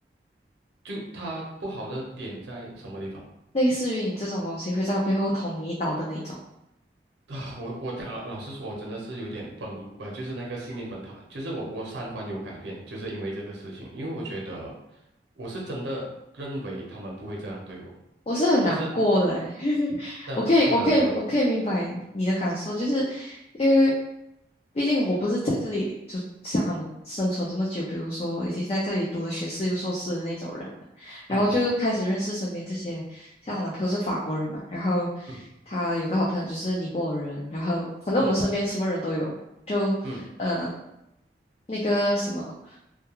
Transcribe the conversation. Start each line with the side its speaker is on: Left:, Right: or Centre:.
Right: 就它不好的点在什么地方？
Left: 类似于你这种东西会在背后捅你一刀的那种。
Right: 啊，我我讲老实说，我真的是有点崩，不就是那个信念崩塌，就是我我三观有改变，就是因为这个事情，因为我觉得我是真的认为他们不会这样对我，
Left: 我是很难过的诶，
Right: 就是嗯
Left: <laughs>
Right: 那超懒惰，
Left: 我可以，我可以，我可以明白你的感受，就是因为毕竟我不是在这里就像他们生存这么久，比如说已经在这里读了学士又硕士的那种人了然后就开始认识身边这些，
Right: 嗯嗯
Left: 像我男朋友是法国人嘛，然后
Right: 嗯
Left: 他有一个好朋友就是尼泊尔人，然后反正我们身边什么人都有，
Right: 嗯
Left: 就呃
Right: 嗯，
Left: 那个什么。